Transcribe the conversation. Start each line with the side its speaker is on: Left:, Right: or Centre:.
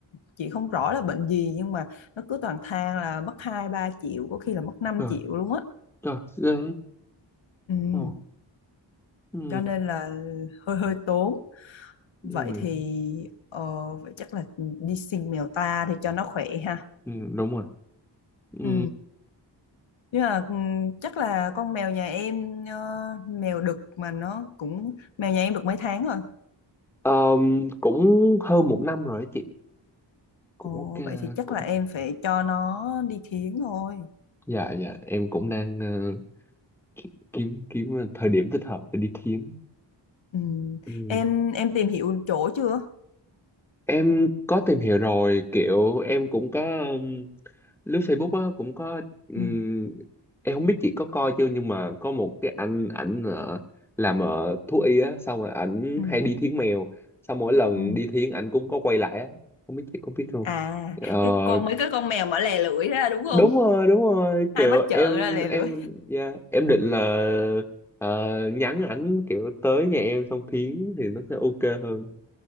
Left: chị không rõ là bệnh gì nhưng mà nó cứ toàn than là mất hai ba triệu có khi là mất năm
Centre: rồi
Left: triệu luôn á
Centre: rồi ghê
Left: ừ.
Centre: ồ ừ
Left: cho nên là hơi hơi tốn
Centre: ừ
Left: vậy thì ờ, vậy chắc là đi xin mèo ta thì cho nó khỏe ha
Centre: ừ đúng rồi ừ
Left: ừ. nhưng mà ừ, chắc là con mèo nhà em ờ, mèo đực mà nó cũng mèo nhà em được mấy tháng rồi
Centre: Ờm, cũng hơn một năm rồi á chị cũng
Left: Ồ,
Centre: ok
Left: vậy thì chắc
Centre: cũng
Left: là em phải cho nó đi thiến thôi
Centre: dạ dạ em cũng đang ờ, ki- kiếm kiếm thời điểm thích hợp để đi thiến
Left: Ừ.
Centre: ừ.
Left: Em em tìm hiểu chỗ chưa?
Centre: em có tìm hiểu rồi kiểu em cũng có lướt Facebook á cũng có ừm,
Left: Ừ.
Centre: em không biết chị có coi chưa nhưng mà có một cái anh ảnh ờ, làm ờ, thú y á xong rồi ảnh
Left: Ừ.
Centre: hay đi thiến mèo xong mỗi lần
Left: Ừ.
Centre: đi thiến ảnh cũng có quay lại á không biết chị có biết không
Left: À,
Centre: Ờ,
Left: cái con mấy cái con mèo mà lè lưỡi ra đúng không?
Centre: đúng rồi đúng rồi
Left: ai
Centre: kiểu
Left: mắt trợn
Centre: em
Left: ra lè
Centre: em
Left: lưỡi.
Centre: yeah, em định là ờ, nhắn ảnh kiểu tới nhà em xong thiến thì nó sẽ ok hơn